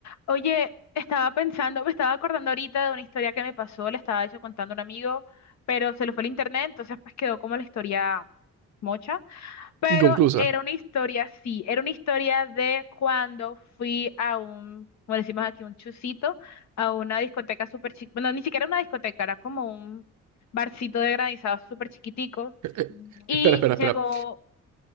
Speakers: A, on the left; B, on the right.
A: Oye, estaba pensando, me estaba acordando ahorita de una historia que me pasó, le estaba yo contando a un amigo, pero se lo fue el internet, entonces pues quedó como la historia mocha, pero
B: Inconclusa.
A: era una historia, sí, era una historia de cuando fui a un, como decimos aquí, un chusito, a una discoteca súper chiquita, bueno, ni siquiera una discoteca, era como un barcito de granizado súper chiquitico,
B: Eh, eh,
A: y
B: espera, espera,
A: llegó,
B: espera.